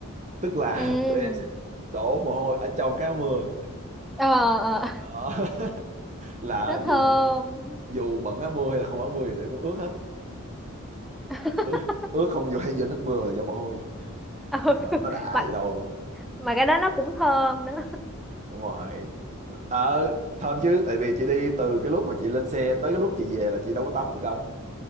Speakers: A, on the right; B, in the centre.
A: tức là
B: ừ
A: <laughs> tụi em sẽ đổ mồ hôi ở trong cái áo mưa
B: ờ ờ
A: Đó. <laughs> là
B: nó thơm
A: dù dù bận áo mưa hay là không bận áo mưa thì tụi em cũng ướt hết
B: <laughs>
A: ướt, ướt không dù hay do nước mưa mà là do mồ hôi
B: ừ.
A: Đó, nó đã
B: mà
A: vậy đâu luôn
B: mà cái đó nó cũng thơm nữa
A: đúng rồi ờ thơm chứ tại vì chị đi từ cái lúc mà chị lên xe tới cái lúc chị về là chị đâu có tắm được đâu